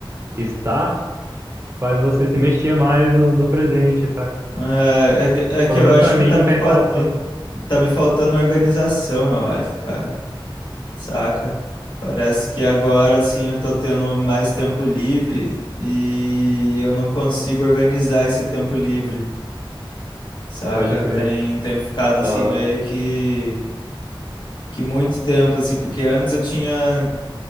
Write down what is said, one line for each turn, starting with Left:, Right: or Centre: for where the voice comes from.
Right: estar, faz você se mexer mais no, no presente, sabe?
Left: É, é que é que
Right: Pelo
Left: eu
Right: menos
Left: acho
Right: para
Left: que
Right: mim
Left: tá me
Right: pensar
Left: faltando,
Right: assim,
Left: tá me faltando organização, eu acho, cara. Saca? Parece que agora assim eu tô tendo mais tempo livre e eu não consigo organizar esse tempo livre, saca?
Right: pode crer.
Left: Tem, tem ficado assim
Right: Aham,
Left: meio que que muito tempo assim, porque antes eu tinha